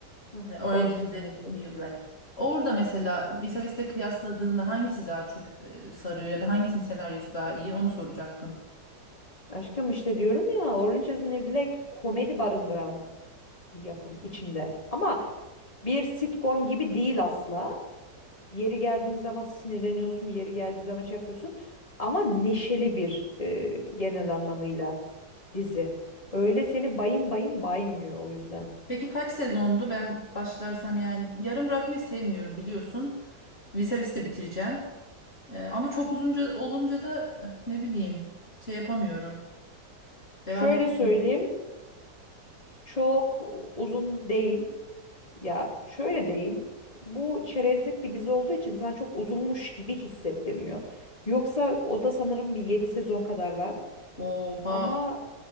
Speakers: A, on the left; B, on the left.
A: Hı hı.
B: e, Orange
A: Orange
B: is
A: is
B: the
A: the New Black.
B: New Black. Orada mesela Visavis'le kıyasladığında hangisi daha çok e, sarıyor ya da hangisinin senaryosu daha iyi onu soracaktım.
A: Aşkım işte diyorum ya Orange is the New Black komedi barındıran bir yapım içinde. Ama bir sitcom gibi değil asla. Yeri geldiğin zaman sinirleniyorsun, yeri geldiği zaman şey yapıyorsun. Ama neşeli bir e, genel anlamıyla dizi. Öyle seni bayım bayım baymıyor o yüzden.
B: Peki kaç sezondu? Ben başlarsam yani yarım bırakmayı sevmiyorum biliyorsun. Visavis'i de bitireceğim. E, ama çok uzunca olunca da eh, ne bileyim şey yapamıyorum. Devam
A: Şöyle
B: edemiyorum.
A: söyleyeyim, çok uzun değil. Ya şöyle değil. Bu çerezlik bir dizi olduğu için sana çok uzunmuş gibi hissettirmiyor. Yoksa o da sanırım bir 7 sezon kadar var.
B: Oha
A: Ama